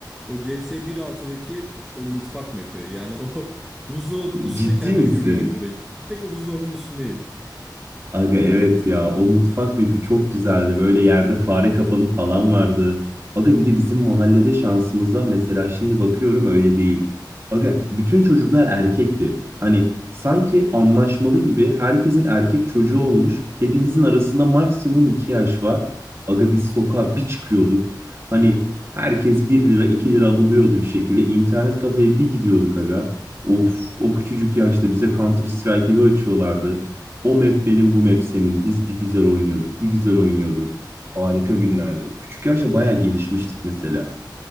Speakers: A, in the centre; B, on the right.
A: o C S bir 1.6'daki o mutfak map'i. Yani o <laughs> buzdolabının üstünde
B: Ciddi
A: kendimi
B: misin?
A: görüyorum direkt. Direkt o buzdolabının üstündeyim.
B: Aga evet ya o mutfak mapi çok güzeldi. Böyle yerde fare kapanı falan vardı. Aga bir de bizim mahallede şansımıza mesela şimdi bakıyorum öyle değil. Aga bütün çocuklar erkekti. Hani sanki anlaşmalı gibi herkesin erkek çocuğu olmuş. Hepimizin arasında maksimum iki yaş var. Aga biz sokağa bir çıkıyorduk. Hani herkes bir lira 2 lira buluyordu bir şekilde. İnternet kafeye bir gidiyorduk aga. Of o küçücük yaşta bize Counter Strike gibi açıyorlardı. O map benim, bu map senin. Biz bir güzel oynuyorduk, bir güzel oynuyorduk. Harika günlerdi. Küçük yaşta bayağı gelişmiştik mesela.